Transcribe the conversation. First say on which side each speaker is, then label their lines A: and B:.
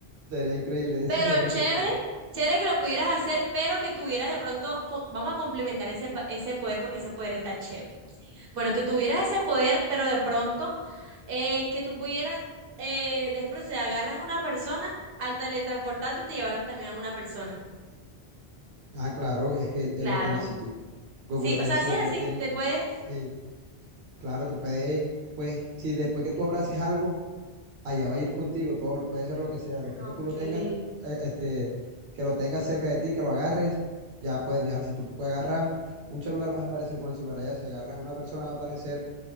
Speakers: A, on the right (about 80°); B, on the right (about 60°).
A: Sería increíble, ese
B: Pero
A: sería un
B: chévere,
A: superpoder.
B: chévere que lo pudieras hacer, pero que tuvieras de pronto, co- vamos a complementar ese, pa- ese poder porque ese poder está chévere. Bueno, que tuvieras ese poder, pero de pronto eh, que tú pudieras, eh, de pronto si agarras a una persona, al teletransportarte te llevarás también a una persona.
A: Ah, claro, es que él,
B: Claro.
A: él lo tiene así, Goku
B: Sí,
A: lo tiene
B: o sea,
A: así,
B: si
A: Goku
B: es así,
A: lo tiene,
B: te puedes...
A: sí, claro, tú puedes, pues, si después que tú abraces algo, allá va a ir contigo, todo puede ser lo que sea. Después
B: Ah,
A: que
B: ok.
A: tú lo tengas, eh, este, que lo tengas cerca de ti, que lo agarres, ya puedes viajar. Si tú puedes agarrar un celular, vas a aparecer con el celular allá. Si agarras a una persona, va a aparecer.